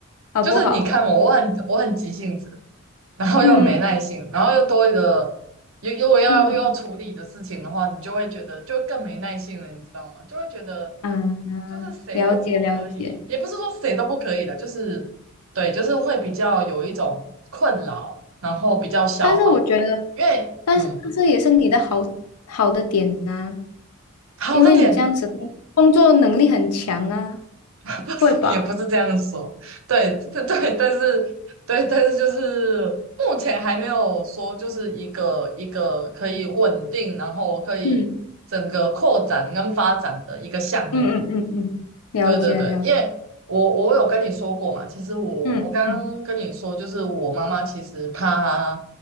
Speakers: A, on the left; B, on the right.
A: 好不好？
B: 就是你看我，我很我很急性子，然后又没耐性，
A: 嗯
B: 然后又多一个，又又要又要处理的事情的话，
A: 嗯
B: 你就会觉得就更没耐性了，你知道吗？就会觉得
A: 嗯嗯，
B: 就是谁都不可以，
A: 了解了解。
B: 也不是说谁都不可以的，就是对，就是会比较有一种困扰，然后比较消耗，
A: 但是我觉得，
B: 因为嗯，
A: 但是这也是你的好好的点呐、
B: 好的点
A: 因为你这样子工工作能力很强啊，
B: <laughs>
A: 会吧？
B: 也不是这样说，对，<laughs> 对，对，但是，对，但是就是目前还没有说，就是一个一个可以稳定，然后可以整个扩展跟发展的一个项目。
A: 嗯嗯嗯嗯嗯，了解了解
B: 对，对，对，因为我我有跟你说过嘛，其实我我刚刚跟你说，
A: 嗯嗯
B: 就是我妈妈其实她